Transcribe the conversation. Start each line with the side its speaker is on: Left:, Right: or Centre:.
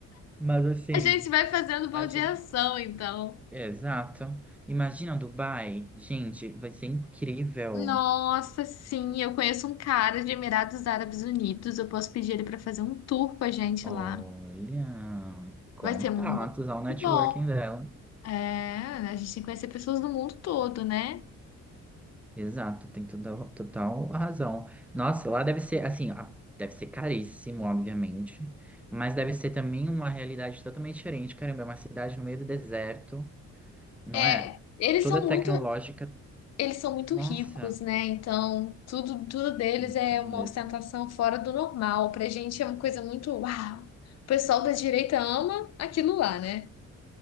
Centre: Mas assim,
Left: A gente vai fazendo baldeação,
Centre: a gente.
Left: então.
Centre: Exato. Imagina Dubai, gente, vai ser incrível.
Left: Nossa, sim, eu conheço um cara de Emirados Árabes Unidos. Eu posso pedir ele para fazer um tour com a gente
Centre: Olha,
Left: lá.
Centre: contatos
Left: Vai ser muito
Centre: ao networking
Left: bom.
Centre: dela.
Left: É, a gente tem que conhecer pessoas do mundo todo, né?
Centre: Exato, tem toda, total razão. Nossa, lá deve ser assim, a- deve ser caríssimo, obviamente, mas deve ser também uma realidade totalmente diferente. Caramba, é uma cidade no meio do deserto, não
Left: É,
Centre: é?
Left: eles
Centre: Toda
Left: são
Centre: tecnológica.
Left: muito, eles são muito
Centre: Nossa,
Left: ricos, né? Então, tudo, tudo deles
Centre: muito
Left: é
Centre: dinheiro.
Left: uma ostentação fora do normal. Pra gente é uma coisa muito, uau. O pessoal da direita ama aquilo lá, né?